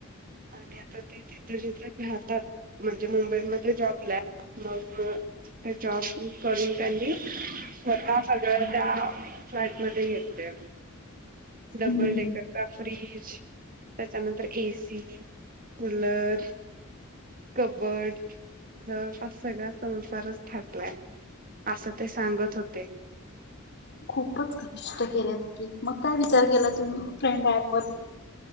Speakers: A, on the right; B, on the left.
A: आणि आता ते तिथं जिथे राहतात म्हणजे मुंबईमध्ये जॉबला मग ते जॉब करून त्यांनी स्वतः सगळं त्या फ्लॅट मध्ये येते डबल
B: हम्म
A: डेकरचा फ्रीज त्याच्यानंतर एसी कुलर कबड जवळपास सगळा संसारच थाटलाय असं ते सांगत होते
B: खूपच ख कष्ट केल्यात की मग काय विचार केला तुम्ही फ्रेंड ऍप वरती